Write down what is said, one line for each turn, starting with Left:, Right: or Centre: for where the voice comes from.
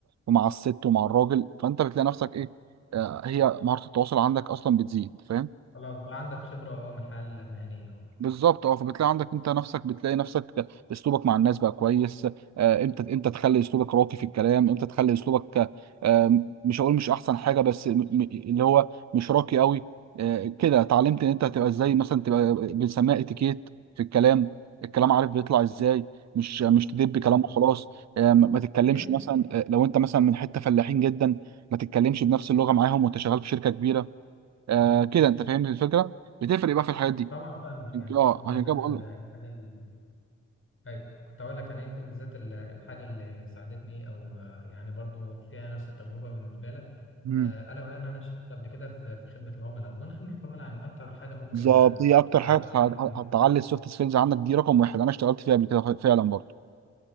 Right: ومع الست ومع الراجل فأنت بتلاقي نفسك إيه آه، هي مهارة التواصل عندك أصلا بتزيد فاهم
Left: خلاص بقى عندك خبره اه من الحياه المهنيه اه
Right: بالظبط اه فبتلاقي عندك انت نفسك بتلاقي نفسك اسلوبك مع الناس بقى كويس آه، امتى امتى تخلي اسلوبك راقي في الكلام امتى تخلي اسلوبك آه، مش هقول مش احسن حاجه بس م- م- اللي هو مش راقي قوي آه، كده اتعلمت ان انت هتبقى ازاي مثلا تبقى بنسميها اتيكيت في الكلام الكلام عارف بيطلع ازاي مش مش تدب كلام
Left: طبعا
Right: وخلاص آه، ما ما تتكلمش
Left: يمكن
Right: مثلا آه، لو انت مثلا من حته فلاحين جدا ما تتكلمش بنفس اللغه معاهم وانت شغال في شركه كبيره آه، كده انت فاهم الفكره بتفرق بقى في الحاجات دي
Left: طبعا فاهمك يعني
Right: اه
Left: يمكن بالذات
Right: عشان كده بقول
Left: ال-
Right: لك
Left: الحاجه اللي ايوه كنت اقول لك يعني يمكن بالذات ال- الحاجه اللي ساعدتني او آه، يعني برضو فيها نفس التجربه بالنسبه لك
Right: مم.
Left: آه، الا وهي ان انا اشتغلت قبل كده في في خدمه العملاء اظن خدمه العملاء يعني اكتر حاجه ممكن
Right: بالظبط
Left: آه،
Right: هي اكتر
Left: تعلمك
Right: حاجه هت- هتعلي السوفت سكيلز عندك دي رقم واحد انا اشتغلت فيها قبل كده ف- فعلا برضه